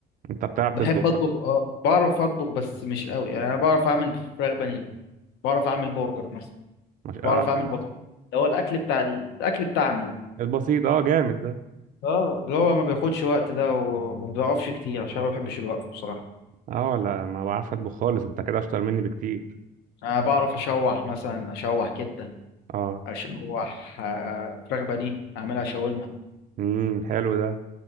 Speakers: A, on the right; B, on the left.
A: انت بتعرف
B: بحب
A: تطبخ
B: اطبخ
A: بقى
B: اه بعرف اطبخ بس مش قوي يعني انا بعرف اعمل فراخ بانيه بعرف اعمل برجر مثلا
A: مش
B: بعرف
A: اه
B: اعمل
A: حلو.
B: بطاطا ده هو الاكل بتاع الاكل بتاعنا ده.
A: البسيط اه جامد ده
B: اه اللي هو ما بياخدش وقت ده وما بيقفش كتير عشان ما بحبش الوقف بصراحة
A: اه لا ما بعرفش اطبخ خالص انت كده اشطر مني بكتير
B: انا بعرف اشوح مثلا اشوح كده
A: اه
B: اشوح آه، فراخ بانيه اعملها شاورما
A: امم حلو ده